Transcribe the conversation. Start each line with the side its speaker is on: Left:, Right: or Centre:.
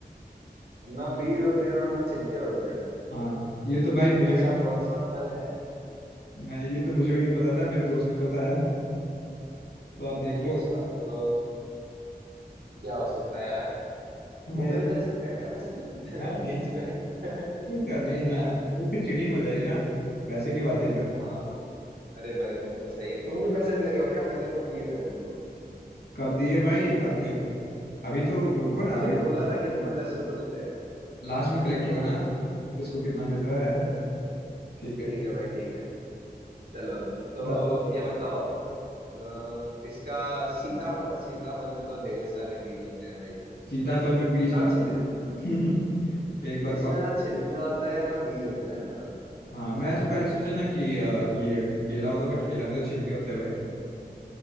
Right: ना बीज होते हैं और ना छिलके होते हैं
Left: हाँ ये तो भाई मुझे
Right: ऐसा
Left: भी
Right: कौन सा फल है
Left: मैं ये तो मुझे भी नहीं पता था मेरे दोस्त ने बताया <laughs> तो आप देख लो
Right: अच्छा तो क्या हो सकता है यार
Left: हाँ,
Right: गूगल
Left: ये-
Right: कर सकते हैं क्या वैसे
Left: नहीं नहीं
Right: <laughs> बीच में <laughs>
Left: नहीं, क्या नहीं नहीं
Right: हाँ
Left: नहीं तो फिर चीटिंग हो जाएगी ना पैसे की बात है इधर
Right: हाँ अरे भाई वो तो सही है तुम भी पैसे दे रहे हो क्या मैंने तो दिए थे तुमको
Left: कब दिए भाई आपने
Right: सही है
Left: अभी तो रुको ना
Right: अभी
Left: अभी
Right: तो बोला था कि तुम्हें दस रुपए मिलते हैं
Left: लास्ट में कलेक्ट होगा ना इसको कितना मिल रहा है
Right: अच्छा अच्छा
Left: ठीक है
Right: ठीक है भाई ठीक है चलो
Left: सीता
Right: तो ये बताओ अ, इसका सीता सीताफल में तो ढेर सारे बीज होते हैं भाई
Left: सीताफल में बीज
Right: ना
Left: का
Right: छिल
Left: तो <laughs> एक बार
Right: इसमें
Left: खाओ
Right: ना छिलका होता है ना बीज होता है है ना
Left: हाँ मैं तो पहले सोचा ना कि अ, ये केला होगा बट केला में तो छिलके होते हैं भाई